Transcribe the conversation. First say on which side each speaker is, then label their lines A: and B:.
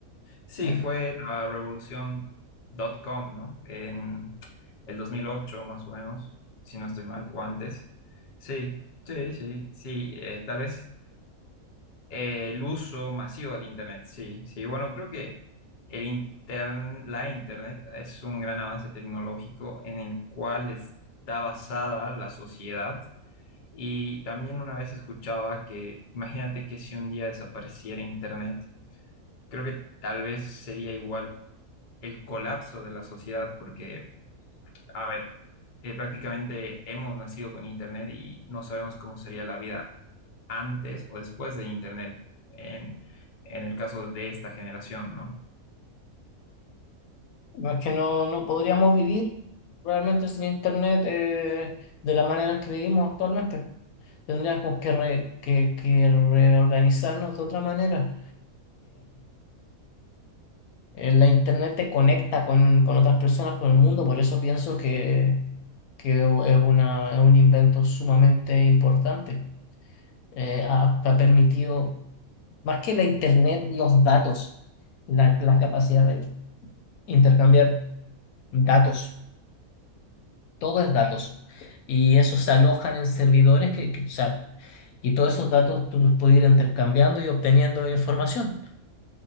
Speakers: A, on the left; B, on the left.
A: Sí,
B: ¿no?
A: fue la revolución dot .com, ¿no? En el 2008 más o menos, si no estoy mal, o antes. Sí, sí, sí, sí. eh, tal vez Eh, el uso masivo del Internet, sí, sí. Bueno, creo que el intern- la Internet es un gran avance tecnológico en el cual está basada la sociedad. Y también una vez escuchaba que, imagínate que si un día desapareciera Internet, creo que tal vez sería igual el colapso de la sociedad, porque, a ver, eh, prácticamente hemos nacido con Internet y no sabemos cómo sería la vida antes o después de Internet, en, en el caso de esta generación, ¿no?
B: No es que no, no podríamos vivir realmente sin Internet eh, de la manera que vivimos actualmente. Tendríamos que, re- que, que reorganizarnos de otra manera. eh, la internet te conecta con, con otras personas, con el mundo, por eso pienso que, que o- es una, es un invento sumamente importante. Eh, ha, ha permitido, más que la internet, los datos, la, la capacidad de intercambiar datos, todo es datos. Y esos se alojan en servidores que, que, o sea, y todos esos datos tú los puedes ir intercambiando y obteniendo información.